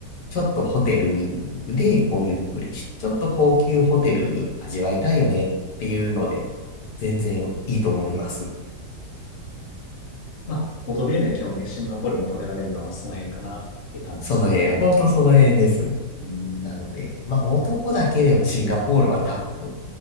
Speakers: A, on the left; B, on the left.
A: ちょっとホテルでこうゆっくりして、ちょっと高級ホテル味わいたいよねっていうので、全然いいと思います。
B: まあ、求めるのは基本的にシンガポールに求められるのは、まあ、その辺かなって感じですね。
A: その辺、本当その辺です。
B: うん。
A: なので、まあ男だけではシンガポールは多分